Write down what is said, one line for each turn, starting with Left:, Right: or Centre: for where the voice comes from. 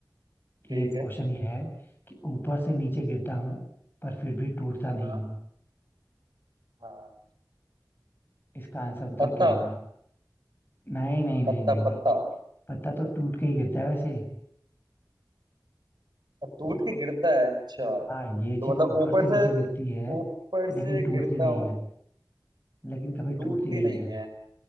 Right: ठीक
Left: ये
Right: है
Left: क्वेश्चन ये है कि ऊपर से नीचे गिरता हूँ पर फिर भी टूटता नहीं
Right: हाँ
Left: हूँ
Right: हाँ
Left: इसका आंसर बताओ
Right: पत्ता
Left: क्या होगा नहीं नहीं नहीं
Right: पत्ता
Left: नहीं नहीं
Right: पत्ता
Left: नहीं पत्ता तो टूट के ही गिरता है वैसे
Right: अब टूट के गिरता है अच्छा
Left: हाँ ये
Right: तो
Left: चीज
Right: मतलब
Left: ऊपर
Right: ऊपर
Left: से नीचे
Right: से
Left: गिरती है
Right: ऊपर से
Left: लेकिन टूटती
Right: गिरता
Left: नहीं
Right: हूँ
Left: है लेकिन कभी
Right: टूटती
Left: टूटती नहीं
Right: नहीं
Left: है
Right: है